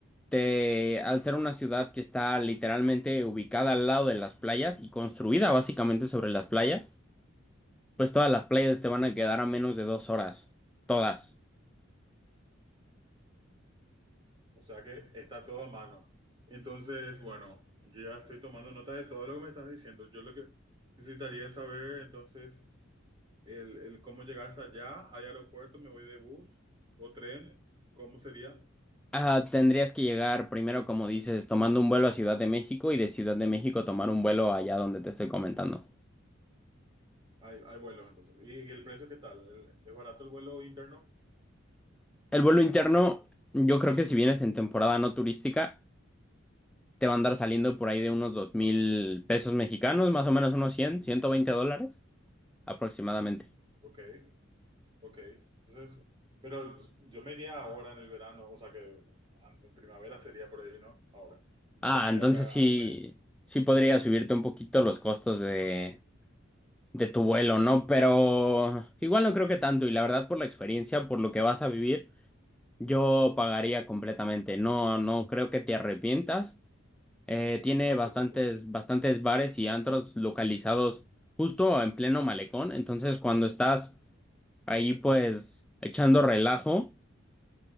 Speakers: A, in the centre; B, on the right.
A: te, al ser una ciudad que está literalmente ubicada al lado de las playas y construida básicamente sobre las playas, Pues todas las playas te van a quedar a menos de dos horas. Todas.
B: O sea que está todo a mano. Entonces, bueno, yo ya estoy tomando nota de todo lo que me estás diciendo. Yo lo que necesitaría saber, entonces, el, el cómo llegar hasta allá. ¿Hay aeropuerto? ¿Me voy de bus o tren? ¿Cómo sería?
A: Ah, tendrías que llegar primero, como dices, tomando un vuelo a Ciudad de México y de Ciudad de México tomar un vuelo allá donde te estoy comentando.
B: Hay, hay vuelos, entonces. ¿Y, y el precio qué tal? ¿El- ¿Es barato el vuelo interno?
A: El vuelo interno, yo creo que si vienes en temporada no turística, te va a andar saliendo por ahí de unos dos mil pesos mexicanos, más o menos unos cien, ciento veinte dólares aproximadamente.
B: Ok. Ok, entonces, pero yo me iría ahora en el verano, o sea que an- en primavera sería por ahí, ¿no? Ahora,
A: Ah,
B: ponerle
A: entonces
B: acá
A: sí,
B: a un mes.
A: sí podría subirte un poquito los costos de de tu vuelo, ¿no? Pero igual no creo que tanto y la verdad por la experiencia, por lo que vas a vivir, yo pagaría completamente. No, no creo que te arrepientas. Eh, tiene
B: No,
A: bastantes,
B: por supuesto.
A: bastantes bares y antros localizados justo en pleno malecón, entonces cuando estás ahí pues echando relajo,